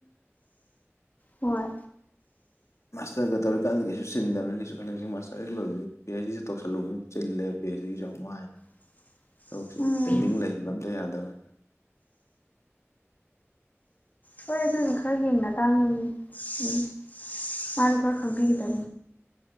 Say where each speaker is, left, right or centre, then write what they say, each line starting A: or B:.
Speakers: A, on the left; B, on the left.
A: ꯍꯣꯏ
B: ꯃꯥꯁꯇꯔꯒ ꯇꯧꯔꯤꯀꯥꯟꯗ ꯀꯩꯁꯨ ꯁꯤꯤꯟꯗꯕꯅꯤ ꯀꯩꯁꯨ ꯈꯟꯗꯦ ꯃꯥꯁꯇꯔ ꯍꯦꯛ ꯂꯣꯏꯕꯗꯤ ꯄꯤ ꯑꯩꯆ ꯗꯤꯦ ꯇꯧꯁꯜꯂꯨꯕ ꯄꯦꯁ ꯆꯃꯣ
A: <unintelligible>
B: ꯊꯕꯛꯁꯦ
A: ꯎꯝ
B: ꯄꯦꯟꯗꯤꯡ ꯂꯩꯍꯟꯕ ꯑꯝꯇ ꯌꯥꯗꯕꯅꯤ
A: ꯍꯣꯏ ꯑꯗꯨꯗꯤ ꯈꯔ ꯌꯦꯡꯅ ꯇꯥꯡꯉꯤꯅꯤ ꯎꯝ ꯃꯥꯅ ꯈꯔ ꯀꯝꯄꯤꯒꯗ